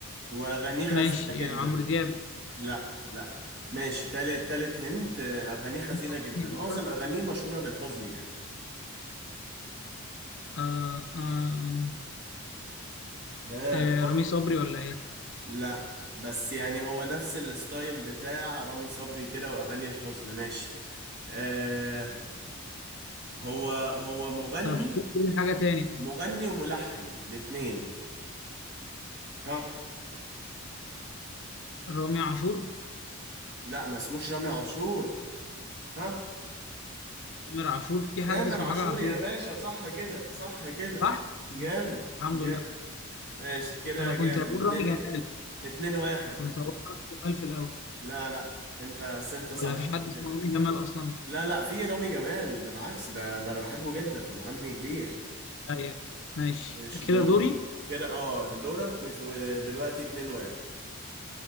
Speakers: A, on the right; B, on the left.
A: وأغانيه حزينة
B: ماشي
A: جدا
B: عمرو دياب
A: لا لا ماشي تالت تالت هنت آه، أغانيه حزينة
B: حسني
A: جدا
B: جدا
A: معظم أغانيه مشهورة بالحزن يعني
B: آه آه
A: آه
B: آه
A: ق-
B: رامي صبري ولا إيه
A: لا بس يعني هو نفس الستايل بتاع رامي صبري كده وأغاني الحزن ماشي آه هو هو مغني
B: طب قول حاجة تاني
A: مغني وملحن الاتنين ها
B: رامي عاشور
A: لا ما اسموش رامي عاشور ها
B: تامر عاشور في حد
A: تامر
B: اسمه
A: عاشور
B: حاجة عاشور
A: يا باشا صح كده صح كده
B: صح؟
A: جامد
B: الحمد
A: جامد
B: لله
A: ماشي كده
B: أنا كنت
A: جامد
B: هقول
A: اتنين
B: رامي جمال
A: ات- اتنين واحد
B: كنت هقول رامي جمال في الأول
A: لا لا انت بس انت صح
B: ولا مفيش حد
A: جامد.
B: اسمه رامي جمال أصلا
A: لا لا في رامي جمال بالعكس ده ده انا بحبه جدا مغني كبير
B: أيوه ماشي
A: ماشي
B: كده
A: دورك
B: دوري
A: كده اه دورك وس- ودلوقتي اتنين واحد